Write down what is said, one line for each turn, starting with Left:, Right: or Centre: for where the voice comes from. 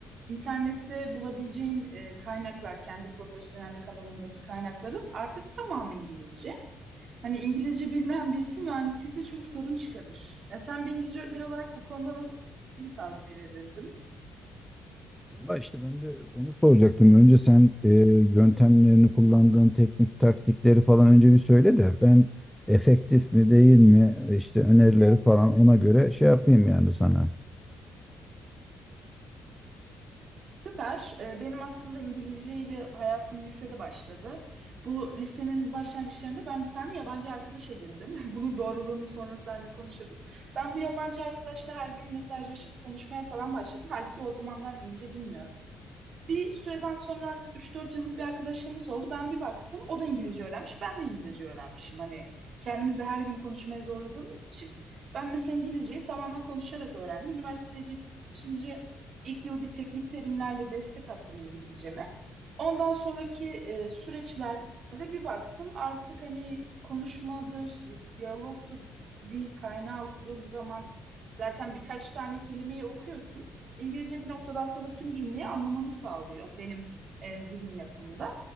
Right: İnternette bulabileceğin e, kaynaklar kendi profesyonellik alanındaki kaynakların artık tamamı İngilizce. Hani İngilizce bilmeyen birisi mühendislikte çok sorun çıkarır. E sen bir İngilizce öğretmeni olarak bu konuda nasıl bir tavsiye verirdin?
Centre: Valla işte ben de onu soracaktım. Önce sen e, yöntemlerini kullandığın teknik taktikleri falan önce bir söyle de ben efektif mi değil mi işte önerileri falan ona göre şey yapayım yani sana.
Right: Süper. E, benim aslında İngilizce ile hayatım lisede başladı. Bu lisenin başlangıçlarında ben bir tane yabancı arkadaş edindim. <laughs> Bunun doğruluğunu sonra seninle konuşuruz. Ben bu yabancı arkadaşla her gün mesajlaşıp konuşmaya falan başladım. Halbuki o zamanlar İngilizce bilmiyorum. Bir süreden sonra artık üç dört yıllık bir arkadaşlığımız oldu. Ben bir baktım o da İngilizce öğrenmiş, ben de İngilizce öğrenmişim. Hani kendimizi de her gün konuşmaya zorladığımız için. Ben mesela İngilizceyi tamamen konuşarak öğrendim. Üniversiteye geçince ilk yıl bir teknik terimlerle destek attım İngilizceme. Ondan sonraki e, süreçlerde bir baktım artık hani konuşmadır, di- diyalogtur bir kaynağı okuduğum zaman zaten birkaç tane kelimeyi okuyorsun. İngilizce bir noktadan sonra tüm cümleyi anlamanı sağlıyor benim e, zihin yapımda.